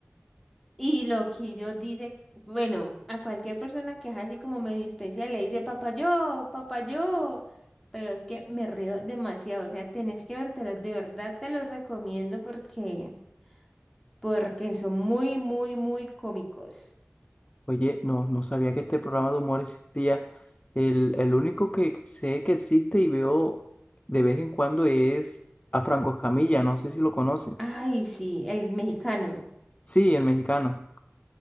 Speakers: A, in the centre; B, on the left (about 30°).
A: Y Loquillo dice, bueno, a cualquier persona que es así como medio especial le dice papayó, papayó. Pero es que me río demasiado, o sea, tenés que vértelos, de verdad te los recomiendo porque, porque son muy, muy, muy cómicos.
B: Oye, no, no sabía que este programa de humor existía. El, el único que sé que existe y veo de vez en cuando es a Franco Escamilla. No sé si lo conoces.
A: Ay, sí, el mexicano.
B: Sí, el mexicano.